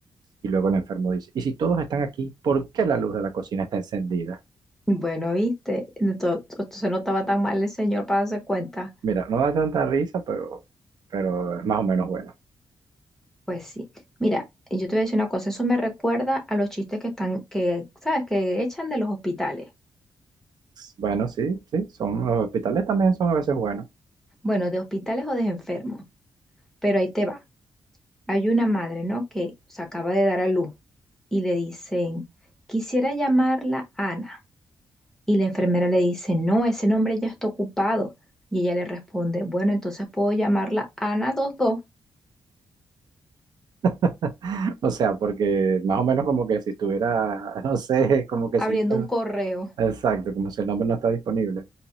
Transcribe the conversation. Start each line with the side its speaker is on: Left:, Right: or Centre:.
Right: Y luego el enfermo dice, ¿y si todos están aquí, por qué la luz de la cocina está encendida?
Centre: Bueno, viste, De to- to- se no estaba tan mal el señor para darse cuenta.
Right: Mira, no da tanta risa, pero, pero es más o menos bueno.
Centre: Pues sí. Mira, yo te voy a decir una cosa, eso me recuerda a los chistes que están, que, ¿sabes? Que echan de los hospitales.
Right: Bueno, sí, sí, son los hospitales también son a veces buenos.
Centre: Bueno, de hospitales o de enfermos. Pero ahí te va. Hay una madre, ¿no? Que se acaba de dar a luz y le dicen, quisiera llamarla Ana. Y la enfermera le dice, no, ese nombre ya está ocupado. Y ella le responde, bueno, entonces puedo llamarla Ana 22,
Right: <laughs> O sea, porque más o menos como que si estuviera, <laughs> no sé, como que
Centre: abriendo
Right: si el nombre,
Centre: un
Right: no-
Centre: correo.
Right: exacto, como si el nombre no está disponible.